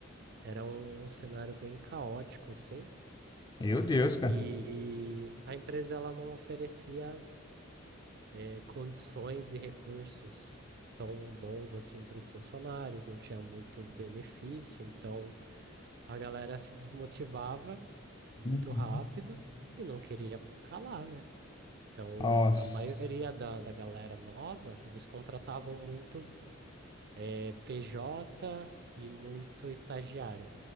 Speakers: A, on the right; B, on the left.
A: era um, um cenário bem caótico, assim.
B: Meu Deus, cara.
A: E a empresa ela não oferecia eh, condições e recursos tão bons assim para os funcionários, não tinha muito benefício, então a galera se desmotivava muito
B: Uhum.
A: rápido e não queria ficar lá, né? Então,
B: Nossa.
A: a maioria da, da galera nova, eles contratavam muito eh, PJ e muito estagiário.